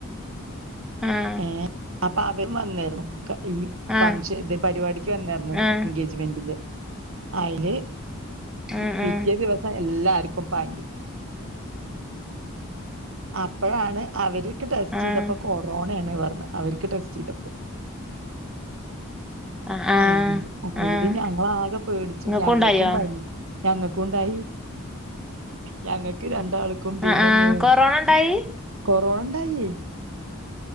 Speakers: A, in the centre; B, on the right (about 65°).
A: ആഹ്
B: ഏഹ് അപ്പൊ അവരും വന്നായിരുന്നു ഈ
A: ആഹ്
B: ഫംഗ്ഷ ഇത് പരിപാടിക്ക് വന്നായിരുന്നു
A: ആഹ്
B: എൻഗേജ മെന്റിന് അയ്ല്
A: ആഹ്
B: പിറ്റേ
A: ആഹ്
B: ദിവസം എല്ലാർക്കും പനി അപ്പോഴാണ് അവര് ടെസ്റ്റ്
A: ആഹ് ആഹ്
B: ചെയ്തപ്പോ കൊറോണയാണ് പറഞ് അവർക്ക് ടെസ്റ്റ് ചെയ്തപ്പോ
A: ആഹ് ആഹ്
B: അയില് അയിയില്
A: ആഹ്
B: ഞങ്ങള് ആകെ പേടിച്ചു
A: ഇങ്ങക്കും
B: ഞങ്ങൾക്കും
A: ഉണ്ടായോ
B: പനി ഞങ്ങൾക്കുണ്ടായി ഞങ്ങൾക്ക് രണ്ടാള്ക്ക് പിന്നെ
A: ആഹ് ആഹ്
B: മോൾക്കും
A: കൊറോണ ഉണ്ടായി
B: കൊറോണ ഉണ്ടായി